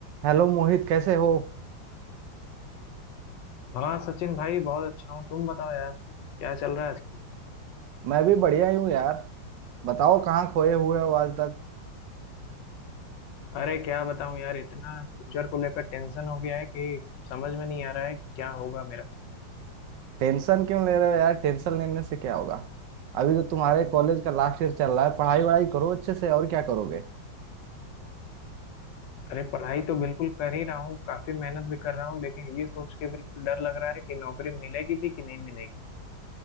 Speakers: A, on the right; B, on the left.
A: हेलो मोहित कैसे हो
B: हाँ सचिन भाई बहुत अच्छा हूँ तुम बताओ यार क्या चल रहा है आजकल
A: मैं भी बढ़िया ही हूँ यार बताओ कहाँ खोए हुए हो आज तक
B: अरे क्या बताऊँ यार इतना फ्यूचर को लेकर टेंशन हो गया है कि समझ में नहीं आ रहा है कि क्या होगा मेरा
A: टेंशन क्यों ले रहे हो यार टेंशन लेने से क्या होगा अभी तो तुम्हारे कॉलेज का लास्ट ईयर चल रहा है पढ़ाई वढ़ाई करो अच्छे से और क्या करोगे
B: अरे पढ़ाई तो बिल्कुल कर ही रहा हूँ काफी मेहनत भी कर रहा हूँ लेकिन ये सोच के बिल्कुल डर लग रहा है कि नौकरी मिलेगी भी कि नहीं मिलेगी